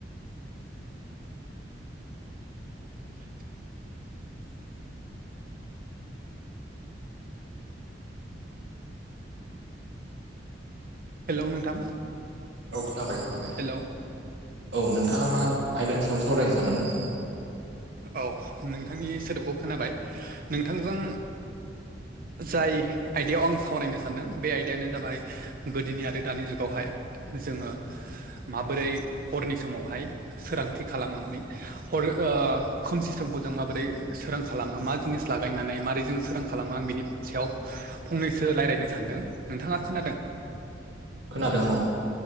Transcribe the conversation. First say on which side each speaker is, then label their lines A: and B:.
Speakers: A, on the right; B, on the right.
A: <inaudible> हेलौ नोंथां
B: औ खोनाबाय खोनाबाय
A: हेलौ
B: औ नोंथाङा मा आयदानि सायाव सावरायनो सानदोंमोन।
A: औ नोंथांनि सोदोबखौ खोनाबाय नोंथांजों जाय आयदायाव आं सावरायनो सानदों बे आयदायानो जाबाय गोदोनि आरो दानि जुगावहाय जोङो माबोरै हरनि समावहाय सोरांथि खालामो माने हर खोमसि समखौ जों माबोरै सोरां खालामो मा जिनिस लागायनानै माबारै जोङो सोरां खालामो आं बिनि सायाव फंनैसो रायज्लायनो सानदों नोंथाङा खोनादों?
B: खोनादों औ